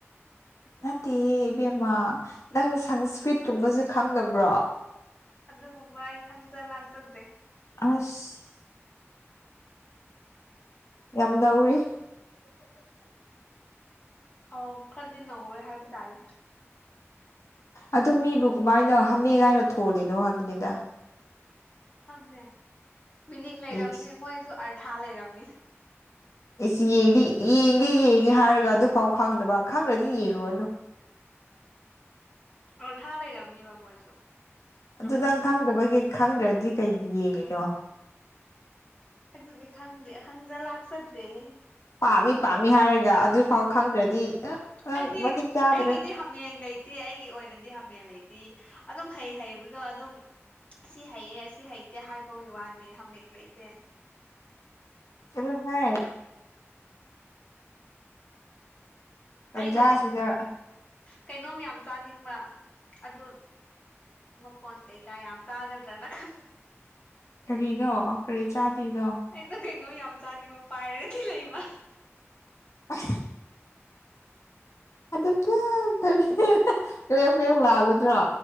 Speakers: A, on the left; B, on the left.
A: ꯅꯠꯇꯤꯌ‌ꯦ ꯏꯕꯦꯝꯃꯥ ꯅꯪ ꯁꯪꯁꯀ꯭ꯔꯤꯠ ꯀꯨꯝꯕꯖꯤ ꯈꯪꯗꯕ꯭ꯔꯣ
B: ꯑꯗꯨꯒꯨꯝꯕ ꯑꯩ ꯈꯪꯖ ꯂꯥꯛꯆꯗꯦ
A: ꯑꯁ ꯌꯥꯝ ꯅꯧꯔꯤ
B: ꯑꯧ ꯈꯔꯗꯤ ꯅꯧꯔꯦ ꯍꯥꯏꯕ ꯇꯥꯔꯦ
A: ꯑꯗꯨ ꯃꯤꯕꯨ ꯀꯃꯥꯏꯅ ꯍꯥꯃꯦꯡ ꯍꯥꯏꯅ ꯊꯣꯜꯂꯤꯅꯣ ꯍꯥꯏꯕꯅꯤꯗ
B: ꯈꯟꯗꯦ ꯃꯤꯅꯤꯡ ꯂꯩꯔꯝꯅꯤ
A: ꯏꯁ
B: ꯃꯣꯏꯁꯨ ꯑꯔꯊꯥ ꯂꯩꯔꯝꯅꯤ
A: ꯑꯦꯁ ꯌꯦꯡꯅꯤ ꯌꯦꯡꯒꯦ ꯌꯦꯡꯉꯦ ꯍꯥꯏꯔꯒ ꯑꯗꯨꯐꯥꯎ ꯈꯪꯗꯕ ꯈꯪꯗ꯭ꯔꯗꯤ ꯌꯦꯡꯉꯨꯔꯅꯨ
B: ꯑꯣꯔꯊꯥ ꯂꯩꯔꯝꯅꯤꯕ ꯃꯣꯏꯁꯨ
A: ꯑꯗꯨ
B: ꯑꯗꯣ
A: ꯅꯪ ꯈꯪꯗꯕꯒꯤ ꯈꯪꯗ꯭ꯔꯗꯤ ꯀꯩꯒꯤ ꯌꯦꯡꯉꯤꯅꯣ
B: ꯑꯗꯨꯗꯤ ꯈꯪꯗꯦ ꯈꯪꯖ ꯂꯥꯛꯆꯗ꯭ꯔꯦꯍꯦ
A: ꯄꯥꯝꯃꯤ ꯄꯥꯝꯃꯤ ꯍꯥꯏꯔꯒ ꯑꯗꯨꯐꯥꯎ ꯈꯪꯗ꯭ꯔꯗꯤ ꯑ ꯅꯪ
B: ꯑꯩꯗꯤ
A: ꯃꯇꯤꯛ ꯆꯥꯗ꯭ꯔꯦ
B: ꯑꯩꯒꯤꯗꯤ ꯍꯥꯃꯦꯡ ꯂꯩꯇꯦ ꯑꯩꯒꯤ ꯑꯣꯏꯅꯗꯤ ꯍꯥꯃꯦꯡ ꯂꯩꯇꯦ ꯑꯗꯨꯝ ꯍꯩ ꯍꯩꯕꯗꯣ ꯑꯗꯨꯝ ꯑꯁꯤ ꯍꯩꯌꯦ ꯑꯁꯤ ꯍꯩꯇꯦ ꯍꯥꯏꯕꯒꯤ ꯋꯥꯅꯦ ꯍꯥꯃꯦꯡ ꯂꯩꯇꯦ
A: ꯆꯠꯂ‌ꯣ ꯍ‌ꯣꯏ ꯇꯟꯖꯥꯁꯤꯗ
B: ꯑꯩꯗꯣ ꯀꯩꯅꯣꯝ ꯌꯥꯝ ꯆꯥꯅꯤꯡꯕ ꯑꯗꯨꯠ ꯃꯈꯣꯟ ꯀꯩꯀꯥ ꯌꯥꯝ ꯇꯥꯒꯗ꯭ꯔꯅꯂ
A: ꯀꯔꯤꯗꯣ ꯀꯔꯤ ꯆꯥꯗ꯭ꯣꯏꯅꯣ
B: ꯑꯩꯗꯣ ꯀꯩꯅꯣ ꯌꯥꯝ ꯆꯥꯅꯤꯡꯕ ꯄꯥꯏꯔꯒꯗꯤ ꯂꯩꯕ
A: ꯑ ꯑꯗꯨ ꯀꯔꯤ ꯀꯌꯥꯝ ꯀꯌꯥꯝ ꯂꯥꯛꯒꯗ꯭ꯔꯣ